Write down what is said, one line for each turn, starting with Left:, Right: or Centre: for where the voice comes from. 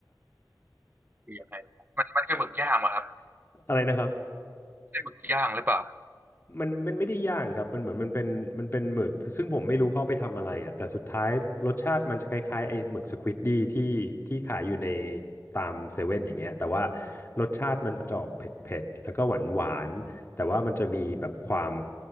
Right: เบียร์อะไรมันมันคือหมึกย่างอะครับ
Left: <laughs> อะไรนะครับ
Right: ใช่หมึกย่างหรือเปล่า
Left: มันมันไม่ได้ย่างครับมันเหมือนมันเป็นมันเป็นหมึกซึ่งผมไม่รู้เขาเอาไปทำอะไรอ่ะแต่สุดท้ายรสชาติมันจะคล้ายๆไอ้หมึกสควิดดี้ที่ที่ขายอยู่ในตามเซเว่นอย่างเงี้ยแต่ว่ารสชาติมันจะออกเผ็ดๆแล้วก็หวานหวานแต่ว่ามันจะมีแบบความ